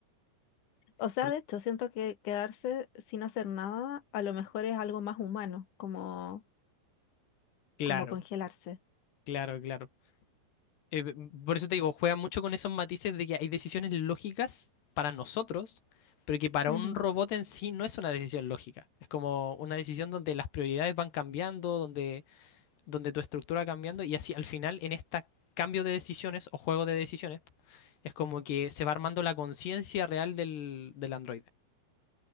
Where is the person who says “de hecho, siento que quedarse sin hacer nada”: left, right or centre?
Left